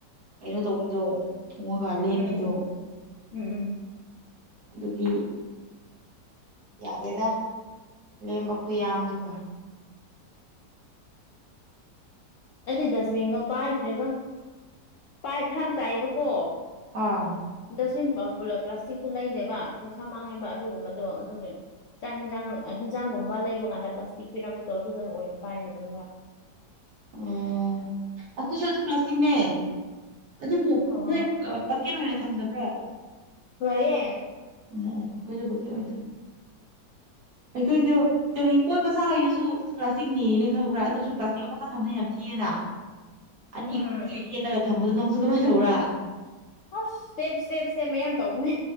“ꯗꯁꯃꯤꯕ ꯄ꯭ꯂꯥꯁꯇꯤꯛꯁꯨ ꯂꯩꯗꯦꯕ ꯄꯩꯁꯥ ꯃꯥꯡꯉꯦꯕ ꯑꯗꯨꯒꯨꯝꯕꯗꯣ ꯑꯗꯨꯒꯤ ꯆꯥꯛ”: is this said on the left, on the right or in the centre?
Left